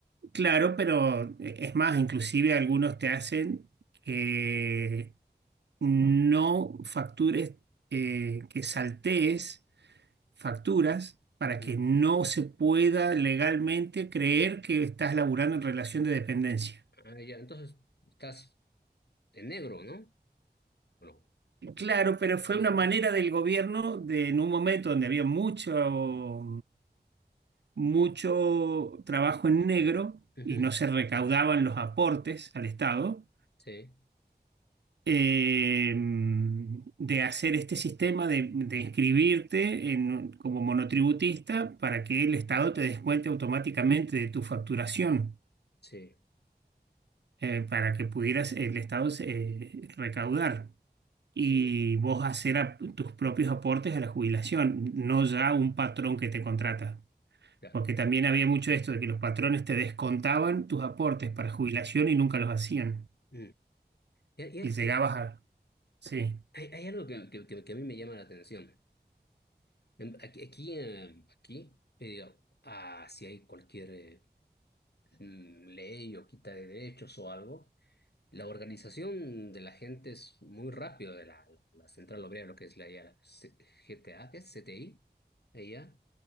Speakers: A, on the right (about 85°); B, on the left (about 70°).
A: Claro, pero eh, es más, inclusive algunos te hacen que no factures, eh, que saltees facturas para
B: Ujú.
A: que no se pueda legalmente creer que estás laburando en relación de dependencia.
B: Ah, ya, entonces estás en negro, ¿no? ¿O no?
A: Claro, pero fue
B: No
A: una
B: sé.
A: manera del gobierno de, en un momento donde había mucho, mucho trabajo en negro
B: Ujú,
A: y no se recaudaban los aportes al Estado
B: Sí,
A: eh, de hacer este sistema de, de inscribirte en- como monotributista para que el Estado te descuente automáticamente de tu facturación,
B: sí,
A: eh, para que pudieras el Estado eh, recaudar y
B: sí,
A: vos hacer ap- tus propios aportes a la jubilación, no ya un patrón que te contrata.
B: claro.
A: Porque también había mucho esto de que los patrones te descontaban tus aportes para jubilación y nunca los hacían.
B: Mm. Y hay, hay-
A: Y llegabas
B: hay-
A: a... Sí,
B: hay- hay algo que, que- que- que a mí me llama la atención. En- Aquí, aquí, eh, aquí me digo, ah, si hay cualquier eh, mm, ley o quita de derechos o algo, La organización de la gente es muy rápido de la, la, la Central Obrera, lo que es la, ya la C- GTA, ¿qué es CTI? Ella,